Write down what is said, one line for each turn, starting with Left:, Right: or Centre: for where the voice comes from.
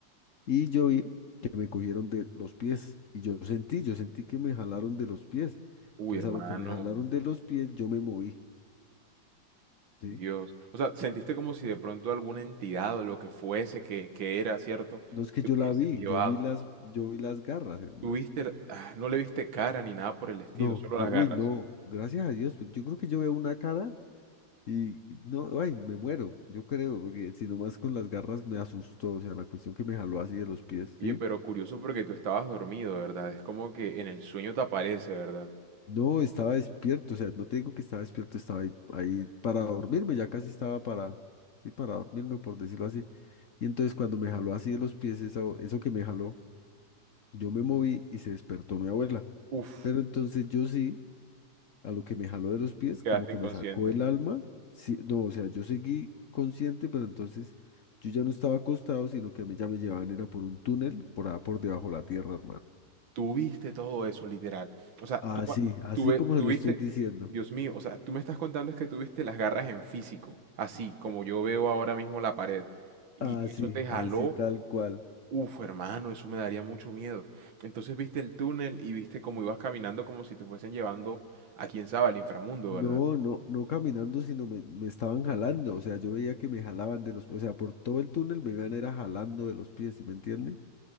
Left: Y yo vi que me cogieron de los pies y yo sentí, yo sentí que me jalaron de los pies.
Right: Uy,
Left: Entonces,
Right: hermano.
Left: a lo que me jalaron de los pies, yo me moví, ¿sí?
Right: Dios. O sea, sentiste como si de pronto alguna entidad o lo que fuese que, que era, ¿cierto?
Left: No es que
Right: Te
Left: yo
Right: hubiese
Left: la vi,
Right: llevado.
Left: yo vi las, yo vi las garras, hermano.
Right: Tuviste, la- ah, no le viste cara ni nada por el estilo,
Left: No,
Right: solo
Left: no,
Right: las
Left: uy,
Right: garras.
Left: no, gracias a Dios, pues yo creo que yo veo una cara y no, ay, me muero, yo creo, porque si nomás con las garras me asustó, o sea, la cuestión que me jaló así de los pies, ¿sí?
Right: Oye, pero curioso porque tú estabas dormido, ¿verdad? Es como que en el sueño te aparece, ¿verdad?
Left: No, estaba despierto, o sea, no te digo que estaba despierto, estaba ahí, ahí para dormirme, ya casi estaba para, sí, para dormirme, por decirlo así. Y entonces cuando me jaló así de los pies, eso, eso que me jaló, yo me moví y se despertó mi abuela.
Right: Uf,
Left: Pero entonces yo sí. a lo que me jaló de los pies,
Right: quedaste
Left: como que
Right: inconsciente.
Left: me sacó el alma. Sí, no, o sea, yo seguí consciente, pero entonces yo ya no estaba acostado, sino que a mí ya me llevaban, era por un túnel, por, a- por debajo de la tierra, hermano.
Right: Tú viste todo eso, literal. O sea,
Left: Así,
Right: tú, cua-
Left: así
Right: tú, ve-
Left: como
Right: tú
Left: se lo
Right: viste,
Left: estoy diciendo.
Right: Dios mío, o sea, tú me estás contando es que tú viste las garras en físico, así como
Left: Ya.
Right: yo veo ahora mismo la pared. Y
Left: Así,
Right: eso te
Left: <laughs>
Right: jaló.
Left: así tal cual.
Right: Uf, hermano, eso me daría mucho miedo. Entonces viste el túnel y viste cómo ibas caminando como si te fuesen llevando a quién sabe al inframundo,
Left: No,
Right: ¿verdad?
Left: no, no caminando, sino me, me estaban jalando. O sea, yo veía que me jalaban de los pies. O sea, por todo el túnel me iban era jalando de los pies, ¿sí me entiende?